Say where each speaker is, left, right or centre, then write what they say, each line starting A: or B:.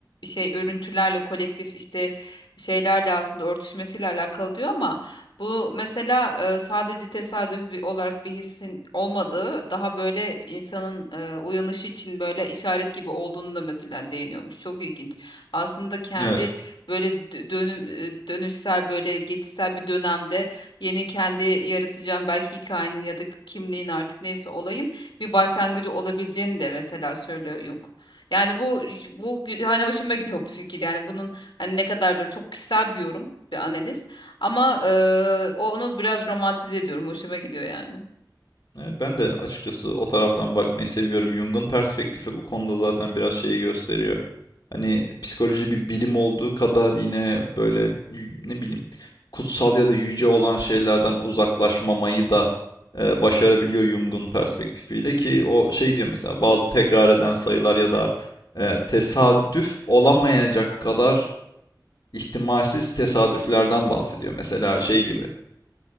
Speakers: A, on the left; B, on the left.
A: şey örüntülerle kolektif işte şeylerle aslında örtüşmesiyle alakalı diyor ama bu mesela e, sadece tesadüf bir, olarak bir hissin olmadığı daha böyle insanın e, uyanışı için böyle işaret gibi olduğunu da mesela değiniyormuş. Çok ilginç. Aslında kendi
B: Evet.
A: böyle dö- dönüm e, dönüşsel böyle geçişsel bir dönemde yeni kendi yaratacağım belki hikayenin ya da kimliğin artık neyse olayın bir başlangıcı olabileceğini de mesela söylüyor Jung. Yani bu bu hani hoşuma gidiyor bu fikir. Yani bunun hani ne kadardır çok kişisel bir yorum, bir analiz. Ama eee, o onu biraz romantize ediyorum. Hoşuma gidiyor yani.
B: Evet, ben de açıkçası o taraftan bakmayı seviyorum. Jung'un perspektifi bu konuda zaten biraz şeyi gösteriyor. Hani psikoloji bir bilim olduğu kadar yine böyle ne bileyim kutsal ya da yüce olan şeylerden uzaklaşmamayı da e, başarabiliyor Jung'un perspektifiyle ki o şey diyor mesela bazı tekrar eden sayılar ya da e, tesadüf olamayacak kadar ihtimalsiz tesadüflerden bahsediyor. Mesela şey gibi.